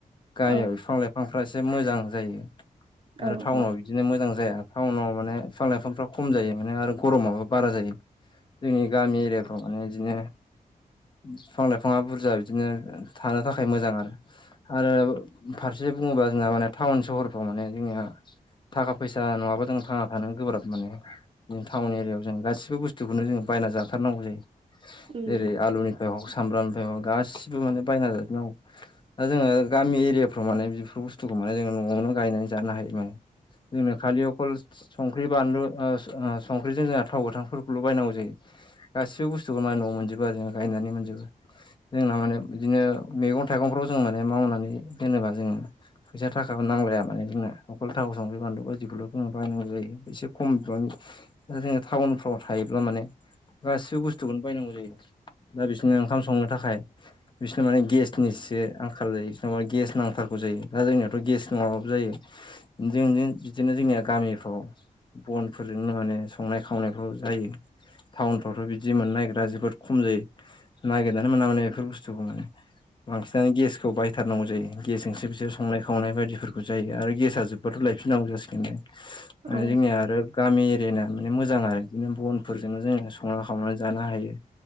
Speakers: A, on the left; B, on the right.
A: गामियाव
B: औ
A: बिफां लाइफ फांफ्रा एसे मोजां जायो।
B: औ
A: आरो टाउनाव
B: औ
A: दिनो मोजां जाया टाउनाव माने फिफां लाइफांफ्रा खम जायो। ओंखायनो आरो गरमाबो बारा जायो। जोंनि गामि एरियाफ्राव माने इदिनो फिफां लाइफाङा बुर जा बिदिनो थानो थाखाय मोजां आरो। आरो फारसे बुङोबा जोंना माने टाउन सहरफ्राव माने जोंनिया थाखा फैसा नङाबा जों थांना थानो गोब्राब माने टाउन एरियायाव जों गासिबो बुस थुखौनो जोङो बायना जाथारनांगौ जायो।
B: उम
A: जेरै आलुनिफ्राय हग सामब्रामनिफ्राय हग गासिबो माने बायना जाजोब नांगौ। दा जोङो गामि एरियाफ्राव माने बेफोर बुस्थुखौ माने जोङो न'आवनो गायनानै जानो हायो माने जोंनो खालि अकलस संख्रि, बानलु ओस ओस संख्रिजों जोंहा थाव गोथांफोरखौल' बायनांगौ जायो। गासिबो बुस्थुखौ मा न'आव मोनजोबो आरो जोङो गायनानै मोनजोबो। जोंना माने बिदिनो मैगं थाइगंफ्राव जों माने मावनानै दोनोबा जोङो फैसा थाखा नांलाया माने जोंना अखल थाव, संख्रि, बानलु बिखौल' जों बायनांगौ जायो। एसे खम बिबांनि दा जोङो टाउनफ्राव थायोब्ला माने गासिबो बुस्थुखौनो बायनांगौ जायो। दा बिसोरनो ओंखाम संनो थाखाय बिसोनाव माने गेसनि सो आंखाल जायो। इसोरनाव माने गेस नांथारगौ जायो दा जोंनियावथ' गेस नङाबाबो जायो। जों जों बिदिनो जोंनिया गामिफ्राव बनफोरजोंनो माने संनाय खावनायफ्राव जायो। टाउनफ्रावथ' बिदि मोननाय नागिरा जोबोद खम जायो। नागिरनानै मोना माने बेफोर बुस्थुखौ माने बांसिनानो गेसखौ बायथार नांगौ जायो। गेसजोंसो बिसोर संनाय खावनाय बायदिफोरखौ जायो। आरो गेसआ जोब बाथ' लायफिन नांगौ जासिगोनलाय। आरो
B: औ
A: जोंनिया आरो गामि एरिया ना माने मोजां आरो बिदिनो बनफोरजोंनो जोंङो संना खावनानै जानो हायो।